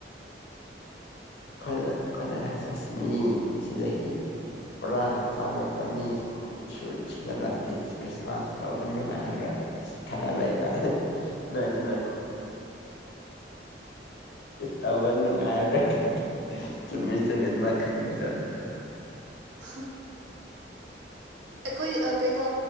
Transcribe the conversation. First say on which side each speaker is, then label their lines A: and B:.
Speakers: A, on the left; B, on the right.
A: ꯑꯩꯈꯣꯏꯅ ꯑꯩꯈꯣꯏꯅ ꯑꯁꯃꯤꯁꯤꯗꯒꯤ ꯄꯨꯔꯥ ꯆꯥꯝꯃ ꯆꯅꯤꯒ ꯁꯨꯖꯜꯂꯛꯑꯗꯤ ꯑꯁ ꯈ꯭ꯔꯤꯁꯃꯥꯁ ꯇꯧꯕ ꯅꯨꯡꯉꯥꯏꯔꯣꯏ ꯑꯁꯤ ꯈꯜꯍꯜꯂꯕ ꯅꯣꯏ ꯑꯗꯨꯅ ꯇꯧꯕ ꯅꯨꯡꯉꯥꯏꯔ ꯆꯃꯤ ꯆꯃꯤ ꯑꯗꯨ ꯃꯥ ꯈꯅꯤꯕꯗ ꯑ
B: ꯍ ꯑꯩꯈꯣꯏ ꯀꯩꯅꯣ